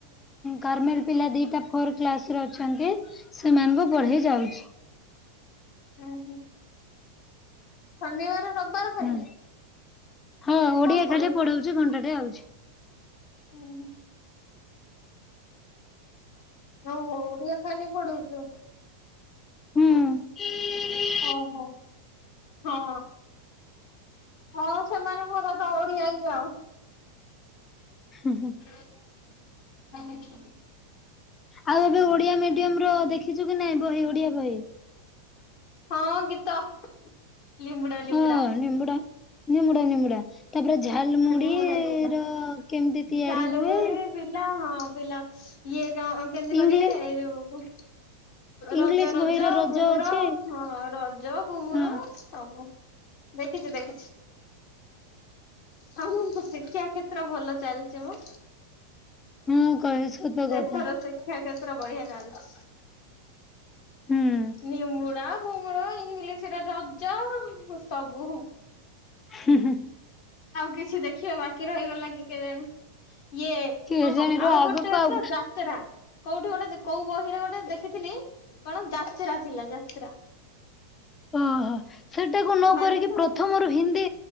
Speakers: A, on the left; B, on the left.
A: ଗାରମେଲେ ପିଲା ଦିଟା ଫୋର କ୍ଲାସ ରେ ଅଛନ୍ତି ସେମାନଙ୍କୁୁ
B: ହୁଁ
A: ପଢେଇ ଯାଉଚି।
B: ହୁଁ ହୁଁ। ଶନିବାର ରବିବାର ଖାଲି?
A: ହୁଁ ହଁ ଓଡିଆ
B: କଣ ପଢଉ
A: ଖାଲି ପଢାଉଛି ଘଣ୍ଟାଟେ ଆଉ।
B: ହୁଁ ହୁଁ। ଓହୋ ଓଡ଼ିଆ ଖାଲି ପଢଉଛୁ।
A: ହୁଁ।
B: ଓହୋ ହଁ। ହଁ ସେମାନଙ୍କର ତ ଓଡ଼ିଆ ଇଏ ଆଉ।
A: ହୁଁ ହୁଁ।
B: <inaudible>
A: ଆଉ ଏବେ ଓଡିଆ ମିଡିୟମର ଦେଖିଛୁ କି ନାଇଁ ବହି ଓଡିଆ ବହି।
B: ହଁ ଗୀତ। ଲିମ୍ବୁଡା ଲିମ୍ବୁଡା।
A: ହଁ ନିମ୍ବୁଡା ନିମୁଡା ନିମୁଡା। ତାପରେ ଝାଲ ମୁଡି
B: ଲିମ୍ବୁଡା ଲିମ୍ବୁଡା
A: ର କେମିତି ତିଆରି
B: ଝାଲ
A: ହୁଏ?
B: ମୁଢି ପିଲା ହଁ ପିଲା ଇଏ କଣ? କେମିତି କରିବେ
A: ଇଂଲି
B: ଏଇ ଯୋଉ
A: ଇଂଲିଶ
B: ରଜ ରଜ
A: ବହିରେ
B: ଘୁମୁର
A: ଅଛି
B: ହଁ। ଜୋ ଘୁମୁର
A: ହଁ
B: ସବୁ ଦେଖିଚି ଦେଖିଚି। ହଉ ହଉ ଶିକ୍ଷା କ୍ଷେତ୍ର ଭଲ ଚାଲିଚି ମ।
A: ମୁଁ କହେ ସତ
B: ଦେଶର
A: କଥା
B: ଶିକ୍ଷା କ୍ଷେତ୍ର ବଢିଆ ଚାଲଚି।
A: ହୁଁ।
B: ନିମୁଡା ଫିମୁଡା ଏଙ୍ଗିଲିଶିରେ ରଜ ସବୁ ହୁଁ।
A: ହୁଁ ହୁଁ।
B: ଆଉ କିଛି ଦେଖିବା ବାକି ରହିଗଲା କି କେଜାଣି ଇଏ।
A: କେଜାଣିର
B: ହଁ ମ ଆଉ
A: ଆଗକୁ
B: ଗୋଟେ
A: ଆଉ
B: ତ ଯାତେରା। କୋଉଠି ଗୋଟେ ଦେ କୋଉ ବହିରେ ଗୋଟେ ଦେଖିଥିଲି କଣ ଯାତ୍ରା ଥିଲା ଯାତ୍ରା।
A: ଅ ହ ସେଟାକୁ ନ
B: ମାନେ
A: କରିକି
B: ତ
A: ପ୍ରଥମରୁ। ହିନ୍ଦୀ